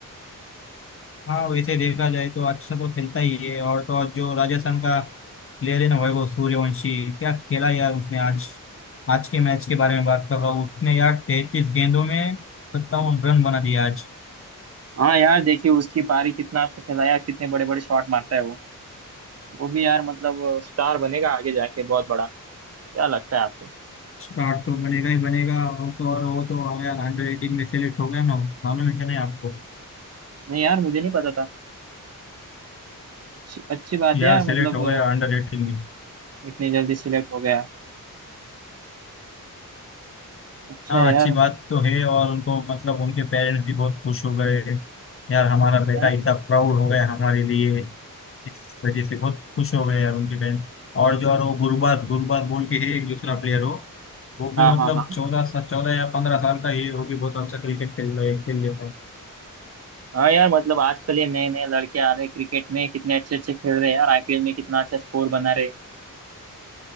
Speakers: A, on the left; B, on the right.
A: हाँ वैसे देखा जाए तो अच्छा तो खेलता ही है और तो और जो राजस्थान का प्लेयर है ना वैभव सूर्यवंशी क्या खेला यार उसने आज आज के मैच के बारे में बात कर रहा हूँ उसने यार तैतीस गेंदों में सत्तावन रन बना दिया आज
B: हाँ यार देखिए उसकी पारी कितना अच्छा खिलाया कितने बड़े बड़े शॉट मारता है वो वो भी यार मतलब स्टार बनेगा आगे जाके बहुत बड़ा क्या लगता है आपको
A: स्टार तो बनेगा ही बनेगा और तो और वो तो आया अंडर एटीन में सेलेक्ट हो गया ना मालूम है क्या नहीं आपको
B: नहीं यार मुझे नहीं पता था अच्छी अच्छी बात
A: यार
B: है यार
A: सेलेक्ट
B: मतलब
A: हो
B: अ,
A: गया अंडर एटीन में
B: इतनी जल्दी सिलेक्ट हो गया अच्छा
A: हाँ
B: है यार
A: अच्छी बात तो है और उनको मतलब उनके पेरेंट्स भी बहुत खुश हो गए यार हमारा बेटा
B: यार
A: इतना प्राउड हो गया हमारे लिए इस वजह से बहुत खुश हो गए यार उनकी फैन और जो और वो गुरबाज गुरबाज बोल के है एक दूसरा प्लेयर हो वो
B: हाँ
A: भी मतलब
B: हाँ हाँ
A: चौदह सा चौदह या पंद्रह साल का ही है, वो भी बहुत अच्छा क्रिकेट खेल रहा है खेल लेता है
B: हाँ यार मतलब आजकल ये नए नए लड़के आ रहे हैं क्रिकेट में कितने अच्छे अच्छे खेल रहे हैं यार आईपीएल में कितना अच्छा स्कोर बना रहे हैं।